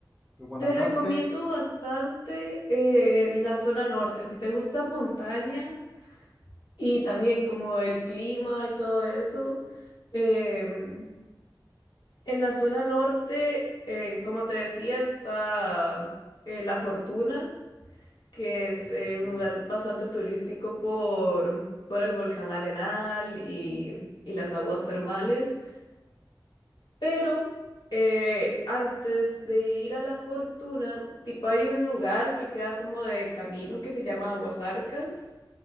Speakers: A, in the centre; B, on the left.
A: De Guanacaste
B: Te recomiendo bastante eh, la zona norte. Si te gusta montaña y también como el clima y todo eso, em, En la zona norte, eh, como te decía, está eh, La Fortuna, que es
A: a Fortuna.
B: eh, un lugar bastante turístico por, por el volcán Arenal y, y las aguas termales. Pero eh, antes de ir a La Fortuna, tipo hay un lugar que queda como de camino que se llama Aguasarcas